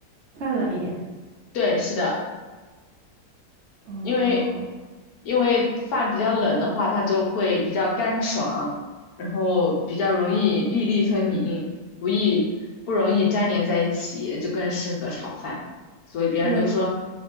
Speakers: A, on the right; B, on the left.
A: 放冷一点。
B: 对，是的，
A: 哦，
B: 因为因为饭比较冷的话，它就会比较干爽，然后比较容易粒粒分明，不易不容易粘连在一起，就更适合炒饭。所以别人都说
A: 对